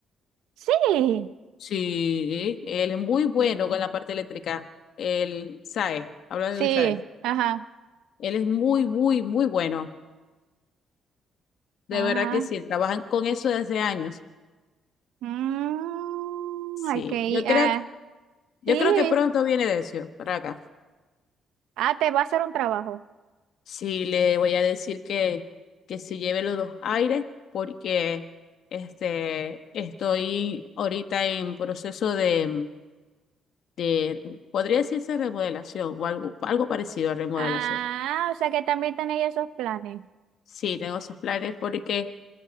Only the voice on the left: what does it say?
Sí, él es muy bueno con la parte eléctrica. Él sabe, habla
de Luis Saez.
Él es muy, muy, muy bueno. De
verdad que sí, trabajan con eso desde años.
Sí,
yo creo,
yo
creo que pronto viene Decio para acá.
Sí, le voy a decir que, que se lleve los dos aires porque este, estoy ahorita en proceso de, de, podría decirse remodelación o algo, algo parecido a remodelación.
Sí, tengo esos planes porque